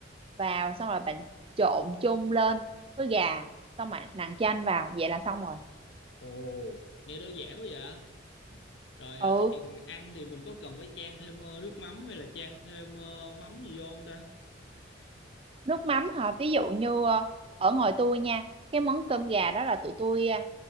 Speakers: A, on the right; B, on the left.
A: vào xong rồi bạn trộn chung lên với gà xong bạn nặn chanh vào vậy là xong rồi
B: Ồ, nghe đơn giản quá vậy. Rồi
A: ừ
B: à, tới chừng ăn thì mình có cần phải chan thêm ờ, nước mắm hay là chan thêm ờ, mắm gì vô không ta?
A: nước mắm hả ví dụ như ờ, ở ngoài tôi nha cái món cơm gà đó là tụi tôi ờ,